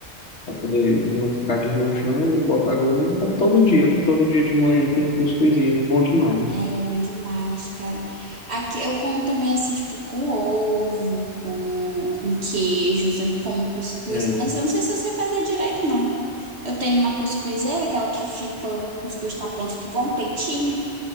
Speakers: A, on the left; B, on the right.
A: para poder não ficar desmanchando, bota a goma, como todo dia, né, todo dia de manhã tem um cuscuzinho, é bom demais.
B: É, é bom demais, cara. Aqui eu como também assim, tipo, com ovo, com, com queijo, eu sempre como cuscuz,
A: né?
B: mas
A: É,
B: eu não sei se eu sei fazer direito, não. Eu tenho uma cuscuzeira, aquela que fica, o cuscuz tá pronto, fica igual um peitinho.